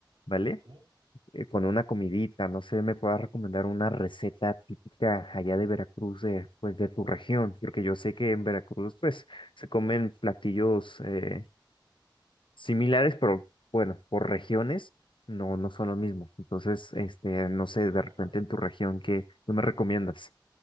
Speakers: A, on the left; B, on the right.
A: ¿vale?
B: ¿sí?
A: Eh, con una comidita, no sé, me puedas recomendar una receta típica allá de Veracruz, de, pues de tu región, porque yo sé que en Veracruz, pues, se comen platillos eh, similares, pero bueno, por regiones no, no son lo mismo. Entonces, este, no sé,
B: Sí,
A: de repente
B: claro.
A: en tu región, ¿qué, qué me recomiendas?